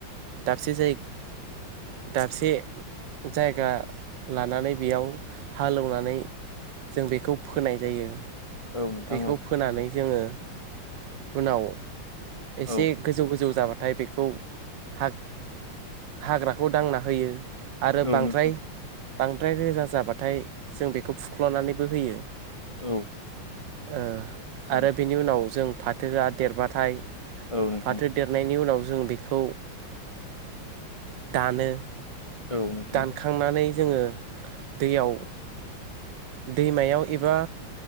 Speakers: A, on the right (about 70°); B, on the left (about 40°).
A: दाबसे जाय दाबसे जायगा लानानै बेयाव हालेवनानै। जों बेखौ फोनाय जायो।
B: औ नोंथां
A: दैखौ
B: औ
A: फोनानै जोङो उनाव। एसे
B: औ
A: गोजौ गोजौ जाबाथाय बेखौ हा। हाग्राखौ दांना होयो आरो
B: औ
A: बांद्राय।
B: नोंथां
A: बांद्राय रोजा जाबाथाय जों बेखौ फुख्ल'नानैबो होयो।
B: औ
A: ओ
B: औ
A: आरो बिनि उनाव जों फाथोआ देरबाथाय।
B: औ नोंथां
A: फाथो देरनायनि उनाव। जों बेखौ दानो
B: औ नोंथां
A: दानखांनानै। जोङो दैयाव‌। दैमायाव एबा